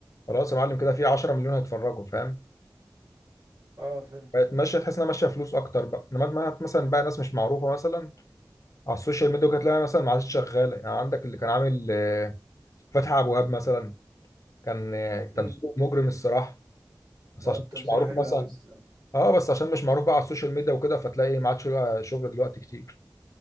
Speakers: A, on the left; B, on the right.
A: خلاص يا معلم كده في 10 مليون هيتفرجوا فاهم
B: اه فهمت
A: بقت ماشيه تحس انها ماشيه فلوس اكتر بقى انما ما- مثلا بقى ناس مش معروفه مثلا على السوشيال ميديا كانت تلاقي مثلا ما عادش شغاله يعني عندك اللي كان عامل آه، فتحي عبد الوهاب مثلا كان آه، تمثيله
B: امم
A: مجرم الصراحه بس
B: هو
A: عشان
B: تمثيله
A: مش معروف
B: حلو
A: مثلا
B: أوي الصراحة
A: اه بس عشان مش معروف بقى على السوشيال ميديا وكده فتلاقي ما عادش له شغل دلوقتي كتير